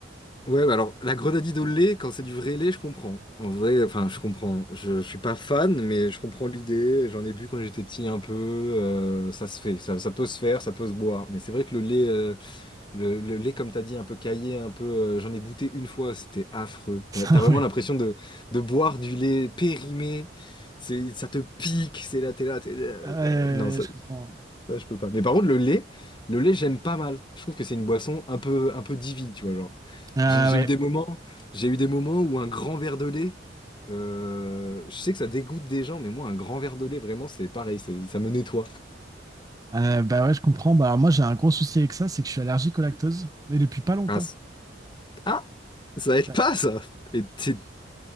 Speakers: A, on the left; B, on the right.
A: Ouais, bah alors la grenadine au lait, quand c'est du vrai lait, je comprends. En vrai, enfin, je comprends. Je, je suis pas fan, mais je comprends l'idée. J'en ai bu quand j'étais petit un peu. euh, ça se fait, ça, ça peut se faire, ça peut se boire. Mais c'est vrai que le lait, euh, le, le lait, comme t'as dit, un peu caillé, un peu. euh, j'en ai goûté une fois, c'était affreux.
B: <laughs>
A: T'as, t'as
B: Ah
A: vraiment
B: ouais.
A: l'impression de, de boire du lait périmé. C'est, ça te pique. C'est là, t'es là. t'es- euh,
B: Euh,
A: euh, non,
B: je comprends.
A: ça, je peux pas. Mais par contre, le lait, le lait, j'aime pas mal. Je trouve que c'est une boisson un peu, un peu divine, tu vois, genre.
B: Ah
A: J'ai j'ai
B: ouais.
A: eu des moments, j'ai eu des moments où un grand verre de lait, euh, je sais que ça dégoûte des gens, mais moi, un grand verre de lait, vraiment, c'est pareil, c'est- ça me nettoie.
B: Euh, bah ouais, je comprends. Bah, alors moi, j'ai un gros souci avec ça, c'est que je suis allergique au lactose, mais depuis pas longtemps.
A: Ah, c- ah, ça aide
B: Bah,
A: pas, ça. Et t'es-